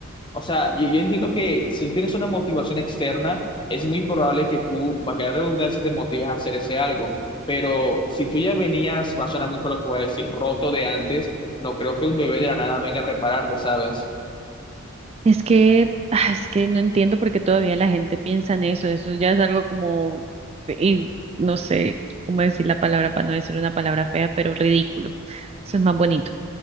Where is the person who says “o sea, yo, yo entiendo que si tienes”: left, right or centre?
Left